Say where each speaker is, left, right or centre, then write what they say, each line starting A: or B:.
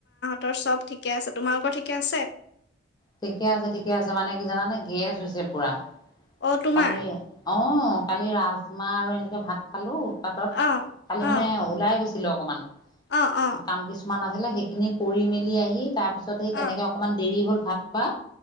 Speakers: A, on the left; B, on the left.
A: তহৰ চব ঠিকে আছে তোমালোকৰ ঠিকে আছে
B: ঠিকে আছে ঠিকে আছে মানে কি জানানে গেছ হৈছে পোৰা
A: অ', তোমাৰ
B: কালি অ কালি ৰাজমাহ আৰু এনেকে ভাত খালো পাতত
A: অ',
B: কালি
A: অ',
B: মানে ওলাই গৈছিলো অকমান
A: অ', অ',
B: কাম কিছুমান আছিল বোলো সেইখিনি কৰি মেলি আহি তাৰ পিছত সেই
A: অ',
B: তেনেকে অকনমান দেৰি হল ভাত খোৱা